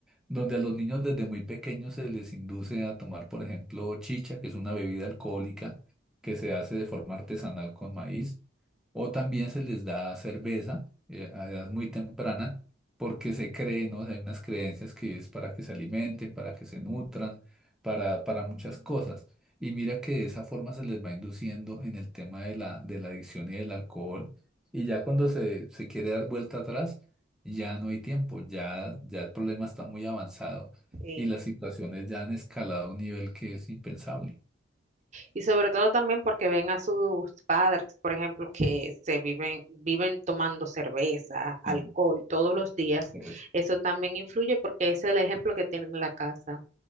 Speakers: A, in the centre; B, on the right (about 35°).
A: donde a los niños desde muy pequeños se les induce a tomar, por ejemplo, chicha, que es una bebida alcohólica que se hace de forma artesanal con maíz, o también se les da cerveza eh, a edad muy temprana, porque se cree, ¿no? Hay unas creencias que es para que se alimenten, para que se nutran, para, para muchas cosas. Y mira que de esa forma se les va induciendo en el tema de la, de la adicción y del alcohol. Y ya cuando se, se quiere dar vuelta atrás, ya no hay tiempo, ya, ya el problema está muy avanzado
B: Sí.
A: y las situaciones ya han escalado a un nivel que es impensable.
B: Y sobre todo también porque ven a sus padres, por ejemplo, que se viven, viven tomando cerveza, alcohol
A: Sí,
B: todos los días.
A: correcto.
B: Eso también influye porque es el ejemplo que tienen en la casa.